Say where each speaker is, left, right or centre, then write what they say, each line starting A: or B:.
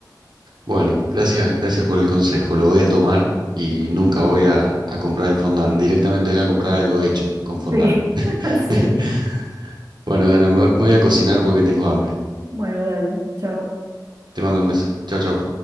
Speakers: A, on the right; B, on the right.
A: Bueno, gracias, gracias por el consejo, lo voy a tomar y nunca voy a, a comprar el fondant, directamente voy a comprar algo hecho con fondant.
B: Sí, <laughs>
A: <laughs>
B: sí.
A: Bueno, Dana, me me voy a cocinar porque tengo hambre.
B: Bueno, dale, chao.
A: Te mando un beso. Chau, chau.